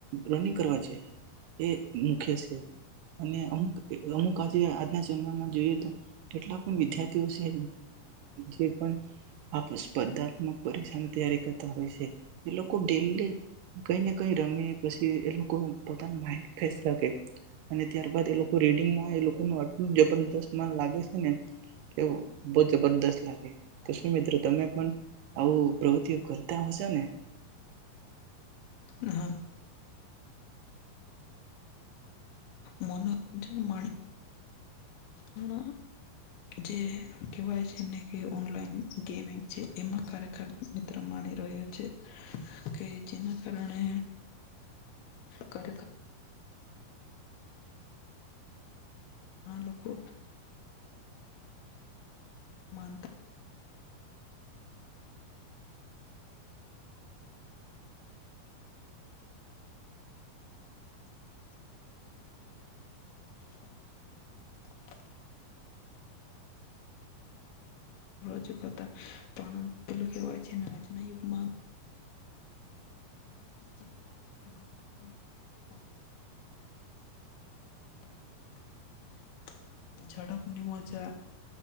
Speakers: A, on the right; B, on the left.
A: રનિંગ કરવા છે એ મુખ્ય છે અને અમુક અમુક આજે આજના જમાનામાં જોઈએ તો કેટલા પણ વિદ્યાર્થીઓ છે જે પણ સ્પર્ધાત્મક પરીક્ષાની તૈયારી કરતા હોય છે એ લોકો ડેલી કઈ ને કઈ રમેી પછી એ લોકો પોતાનું માઇન્ડ ફેશ રાે. અને ત્યારબદ એ લોકો રીડિંગમાં એ લોકો ન આટલું જબરદસ્ત મન લાગે છે. ને કે બહ જબરદસ્ત લાગે તો શું મિત્રો તમે પણ હવ પ્રવૃતિ. કરતા હશો નેહું
B: હા મનોરંજન મા પણ જે કહેવાય છેને ઓનલાઈન ગેમિંગ છે, એમાં ખરેખર મિત્ર માની રહ્યો છે. કે જેના કારણે ખરેખર ઘણા લોકો માનતા <inaudible> <inaudible> રજકતા પણ પેલો કહેવાય છે આજના યુગમાં. <inaudible> <inaudible> ઝડપની મજા